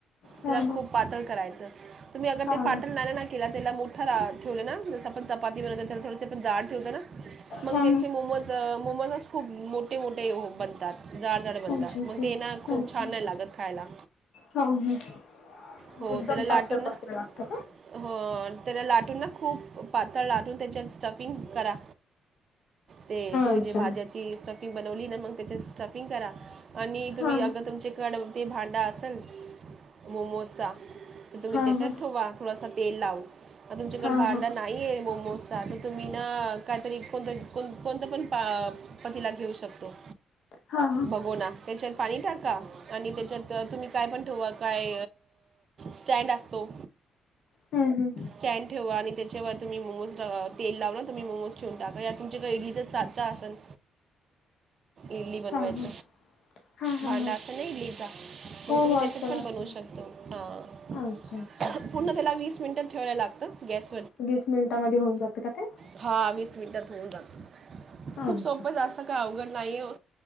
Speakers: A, on the left; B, on the right.
A: हा
B: त्याला खूप पातळ करायचं. तुम्ही आगर
A: हा
B: ते
A: हा
B: पातळ लाटनार नाही तेला त्याला मोठाला ठेवलं ना जसं.. पण चपाती बनवले तर थोडसे आपण जाड ठेवतो ना मग
A: हा
B: त्याचे मोमोज त मोमोज खूप मोठे मोठे <inaudible> बनतात झाड मोठाले बनतात
A: अच्छा अच्छा
B: म ते ना खूप
A: अच्छा
B: छान नाही लागत खायला
A: हो हो. म्हणजे
B: हो
A: एकदम
B: त्याला लाटून
A: पातळ
B: ना
A: पातळ लागतं का?
B: हो त्याला लाटून ना खूप पातळ लाटून त्याच्यात स्टफिंग करा. ते तुम्ही
A: अच्छा.
B: जे भाज्याची सक् <inaudible> स्टफिंग बनवली ना मग त्याच्यात स्टफिंग करा. आणि तुम्ही.
A: हा
B: अगं तुमच्ये कड ते भांडा असल मोमोज चा तुम्ही
A: हा
B: तेच्यात
A: हा
B: ठेवा. थोडसा तेल लाव आतून चिकट
A: हा
B: भांड
A: हा
B: ये मोमोज साठी तुम्ही ना काहीतरी कोण. कोणत पण पतीला घेऊ शकतो.
A: हा हा.
B: भगोना. त्याच्यात पाणी टाका आणि त्याच्यात तुम्ही काय पण ठेवा काय स्टँड असतो.
A: हम्म हम्म
B: स्टँड ठेवा. आणि त्याच्या वर तुम्ही मोमोज अ तेल लावा तुम्ही मोमोज ठेवून टाका या तुमच्याकडे इडली चा साचा असेल इडली बनवायच.
A: हा हा हा हा
B: भांड
A: हा
B: असत ना इडलीचा
A: हो
B: मग तुम्ही
A: हो
B: त्याच्यात
A: असते ना
B: पण
A: असते
B: बनवू
A: ना.
B: शकतो. हा
A: अच्छा अच्छा.
B: पूर्ण त्याला वीस वीस मिंट ठेवाय लागत. येस्
A: वीस मिनिटामध्ये होऊन जातं का ते
B: हा वीस मिनटात होऊन जात खूप
A: अच्छा.
B: सोपं जास्त का अवघड नाही नाही हो.